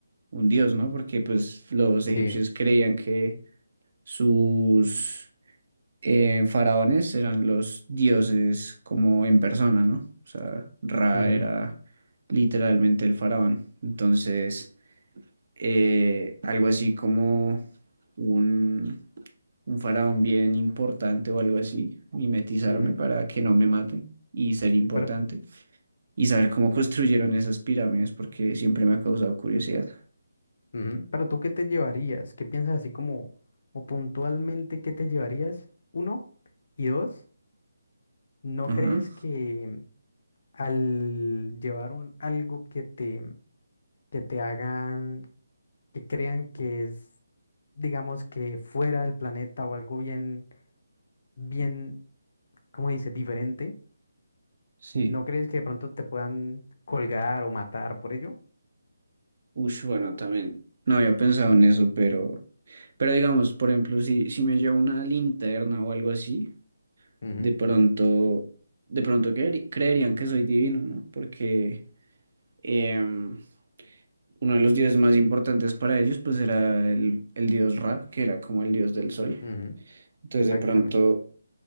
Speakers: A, on the right; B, on the left.
A: un dios, ¿no? Porque pues los
B: sí,
A: egipcios creían que sus eh, faraones eran los dioses como en persona, ¿no? O sea, Ra
B: ujú,
A: era literalmente el faraón. Entonces, eh, algo así como un, un faraón bien importante o algo así, mimetizarme
B: ujú.
A: para que no me maten y ser importante
B: Pero
A: y saber cómo <laughs> construyeron esas pirámides porque siempre me ha causado curiosidad.
B: Ujú, Pero tú, ¿qué te llevarías? ¿Qué piensas así como, o puntualmente, qué te llevarías? Uno, y dos, ¿no
A: Ajá,
B: crees que al llevar un algo que te, que te hagan, que crean que es, digamos, que fuera del planeta o algo bien, bien, ¿cómo dice? Diferente,
A: sí.
B: ¿no crees que de pronto te puedan colgar o matar por ello?
A: Ush, bueno, también no había pensado en eso, pero Pero digamos, por ejemplo, si, si me llevo una linterna o algo así,
B: Ujú,
A: de pronto, de pronto creeri- creerían que soy divino, ¿no? Porque em, uno de los dioses más importantes para ellos, pues era el, el dios Ra, que era como el dios del sol.
B: ujú,
A: Entonces,
B: Exactamente.
A: de pronto,